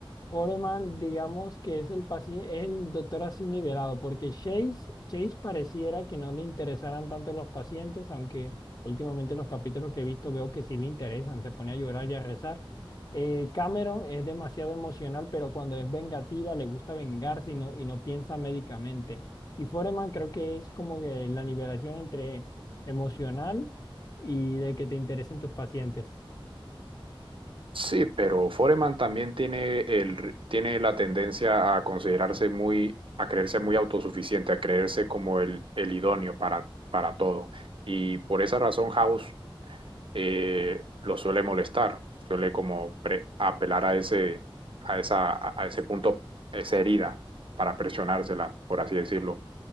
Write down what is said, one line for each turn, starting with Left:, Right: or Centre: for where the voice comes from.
Left: Foreman, digamos que es el paci- es el doctor así nivelado, porque Chase, Chase pareciera que no le interesaran tanto los pacientes, aunque últimamente los capítulos que he visto veo que sí le interesan, se pone a llorar y a rezar. Eh, Cameron es demasiado emocional, pero cuando es vengativa le gusta vengarse y no, y no piensa médicamente. Y Foreman creo que es como que la nivelación entre emocional y de que te interesen tus pacientes.
Right: Sí, pero Foreman también tiene, el, tiene la tendencia a considerarse muy, a creerse muy autosuficiente, a creerse como el, el idóneo para, para todo. Y por esa razón House eh, lo suele molestar, suele como pre- apelar a ese, a esa, a a ese punto, a esa herida, para presionársela, por así decirlo.